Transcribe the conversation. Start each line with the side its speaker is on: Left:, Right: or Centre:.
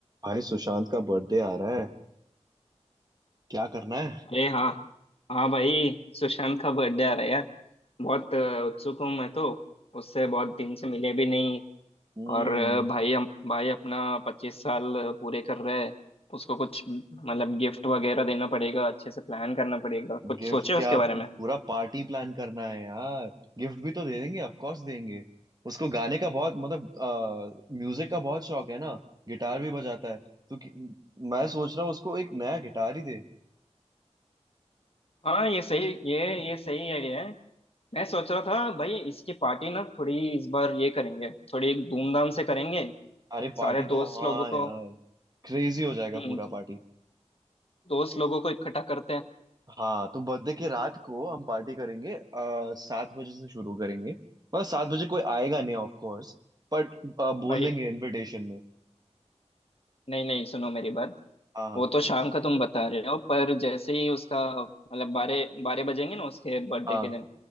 Right: भाई सुशांत का बर्थडे आ रहा है क्या करना है
Left: अरे हाँ हाँ भाई सुशांत का बर्थडे आ रहा है यार बहुत अ, उत्सुक हूँ मैं तो उससे बहुत दिन से मिले भी नहीं
Right: हम्म
Left: और अ, भाई हम भाई अपना पच्चीस साल अ, पूरे कर रहा है उसको कुछ मतलब गिफ्ट वगैरह देना पड़ेगा अच्छे से प्लान करना पड़ेगा कुछ
Right: गिफ्ट
Left: सोचे उसके
Right: क्या
Left: बारे
Right: पूरा
Left: में
Right: पार्टी प्लान करना है यार गिफ्ट भी तो दे देंगे ऑफ कोर्स देंगे उसको गाने का बहुत मतलब म्यूजिक का बहुत शौक है ना गिटार भी बजाता है तो कि, मैं सोच रहा हूँ उसको एक नया गिटार ही दे
Left: हाँ ये सही ये ये सही आइडिया है मैं सोच रहा था भाई इसकी पार्टी ना थोड़ी इस बार ये करेंगे थोड़ी धूमधाम से करेंगे
Right: अरे पार्टी
Left: सारे
Right: तो
Left: दोस्त
Right: हाँ
Left: लोगों
Right: यार
Left: को
Right: क्रेजी हो जाएगा
Left: हम्म,
Right: पूरा पार्टी
Left: दोस्त लोगों को इकट्ठा करते हैं
Right: हाँ तो बर्थडे की रात को हम पार्टी करेंगे आ, सात बजे से शुरू करेंगे मतलब सात बजे कोई आएगा नहीं ऑफ कोर्स बट बोल
Left: भाई
Right: देंगे इनविटेशन में
Left: नहीं नहीं सुनो मेरी बात
Right: हाँ
Left: वो तो शाम का तुम बता रहे हो पर जैसे ही उसका मतलब बारह बारह बजेंगे ना उसके बर्थडे
Right: हाँ
Left: के दिन